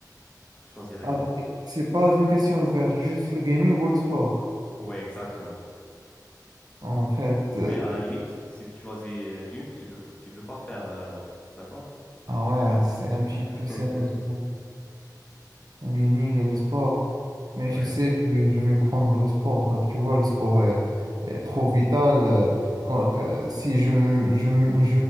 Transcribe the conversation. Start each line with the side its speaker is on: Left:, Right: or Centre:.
Left: Tu choisirais
Right: Ah,
Left: quoi?
Right: mais C'est pas une question vers juste le gaming ou le sport.
Left: Oui, exactement.
Right: En fait,
Left: Mais à la limite, si tu choisis euh, l'une, tu peux, tu peux pas faire euh, l'autre, d'accord?
Right: Ah ouais, ah, c'est un petit peu
Left: <laughs>
Right: sérieux, pour le gaming et le sport. Mais
Left: Ouais,
Right: tu sais, je vais je vais prendre le sport, car tu vois, le sport est, est trop vital. euh, Quand, quand- si je, je, je,